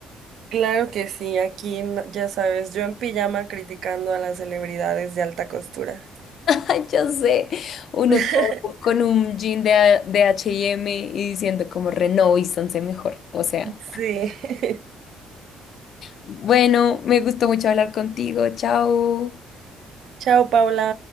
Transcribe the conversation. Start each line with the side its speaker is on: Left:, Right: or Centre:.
Right: Claro que sí, aquí n- ya sabes, yo en pijama criticando a las celebridades de alta costura.
Left: Ay, Yo sé, uno
Right: <laughs>
Left: todo con un jean de, A- de H&M y M y diciendo como reno renovístanse mejor. O sea,
Right: Sí. <laughs>
Left: bueno, me gustó mucho hablar contigo. Chao.
Right: Chao, Paula.